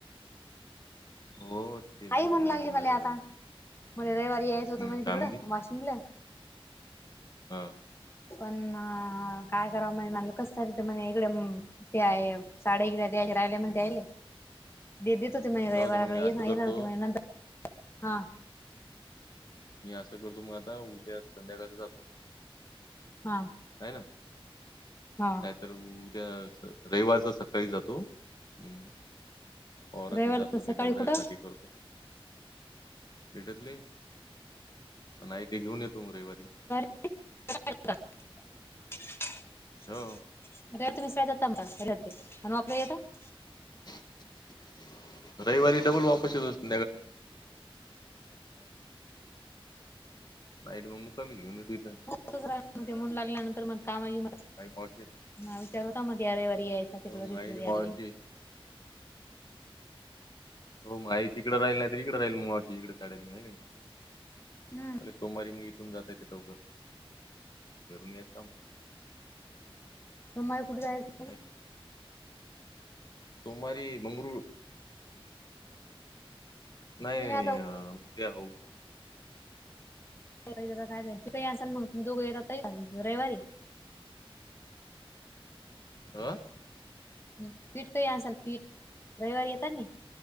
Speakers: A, on the left (about 45°); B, on the left (about 25°).
A: हो. ते
B: आई
A: बरोबर
B: म्हणू लागली
A: आहे बिंद्रे
B: मले
A: दादा
B: आता, मला रविवारी यायच होतं
A: हम्म
B: म्हणे
A: काय
B: तिकडं,
A: म्हणते
B: वाशिमले.
A: हा.
B: पण, काय कराव <unintelligible> तर ते म्हणे, इकडे ते आहे साड्या इकडे द्यायच्या राहिल्या म्हणयले. देत देत होती म्हणे,
A: जाऊ
B: रविवाराकडे
A: दे मग मी
B: येे-येणार
A: असं करतो
B: होती म्हणे नंतर. हा.
A: मी असं करतो मग आता, उद्याच संध्याकाळ जातो.
B: हा.
A: हाय ना.
B: हा
A: तर, उद्या रविवारचा सकाळी जातो मग औरातनी
B: रविवार
A: जातो ते,
B: सकाळी
A: <unintelligible>
B: कुठं
A: करतो. भेटतले? नाही ते घेऊन येतो म रविवारी.
B: <unintelligible>
A: हो
B: <unintelligible>
A: <inaudible> रविवारी डबल वापस <unintelligible> नाही तर मग मी घेऊन येतो हीतं.
B: <unintelligible>
A: काही पोहोचतील.
B: माझं विचार होता मध्ये हा रविवारी यायचा तिकडं
A: मग
B: <unintelligible>
A: आईले मावशी हो मग आई तिकडे राहील नाही तर इकडे राहील मग माउशी इकडेच राहायच नाही काय.
B: हम्म.
A: अले सोमवारी मग इथून जातंय त्या चौकात. करून येतो.
B: सोमवारी कुठे जायचं?
A: नाही सोमवारी, मंगळूर, नाही
B: तुम्ही
A: नाही
B: आता
A: अ अ <unintelligible>
B: <unintelligible> रविवारी.
A: हां?
B: ह पीठ असाल पीठ. रविवारी येतात नाही.